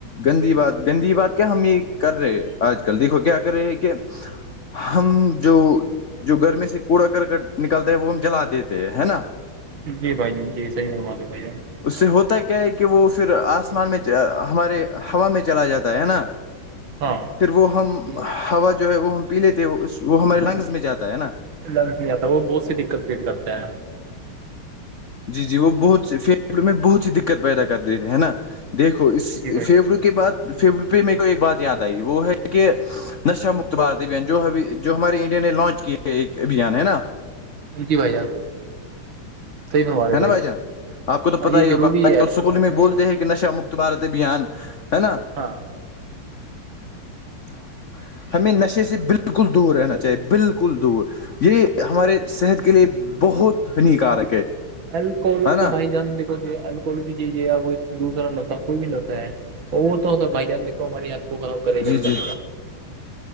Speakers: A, on the left; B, on the right.
A: گندی بات گندی بات کیا ہم یہ کر رہے آج کل دیکھو کیا کر رہے ہے کہ ہم جو جو گرمی سے کوڑا کرک نکلتا ہے وہ ہم جلا دیتے ہیں ہے نا
B: جی بھائی جان جی صحی بنوا دو بھائی جان <unintelligible>
A: اس سے ہوتا کیا ہے کہ وہ پھر آسمان میں ہمارے ہوا میں چلا جاتا ہے نا
B: ہاں
A: پھر وہ ہم
B: یہ
A: ہوا جو ہے وہ ہم پی لیتے وہ ہمارے لنگز میں جاتا ہے نا
B: لنچ نہیں آتا وہ بہت سی دقت کریٹ کرتا ہیں
A: جی جی وہ بہت فھیفڑے میں بہت ہی دقت پیدا کر دیتےے ہے نا دیکھو اس
B: جی بھائی
A: فھیفڑو
B: جان
A: کے بعد پھر پ میر کو ایک بات یاد آئی وہ ہے کہ نشہ مکتبار ابھیان جو ابھی جو ہمارے انڈیا نے لانچ کیے ہے ایک ابھیان ہے نا
B: انتی بھائی جان صحیح فرما رہے
A: ہے نا بھائی جان آپ کو تو پتا
B: یہ
A: ہی
B: ضروری
A: ہوگا آج
B: ہے
A: کل اسکول میں
B: یہ
A: بولتے ہیں کہ نشا مکت بھارت ابھیان ہے نا
B: ہاں
A: <inaudible> ہمیں نشے سے بالکل دور رہنا چاہیے بالکل دور یہ ہمارے صحت کے لیے بہت ہانیکارک ہے
B: الکوہلک
A: ہے نا
B: تو بھائی جان دیکھو الکول کی چیز ہے یا کو دوسرا نشہ کوئی بھی نشہ ہے وہ تو س بھائی جان دیکھو ہمارے ہات کو کرے
A: جی
B: گا ہی کرے
A: جی
B: گا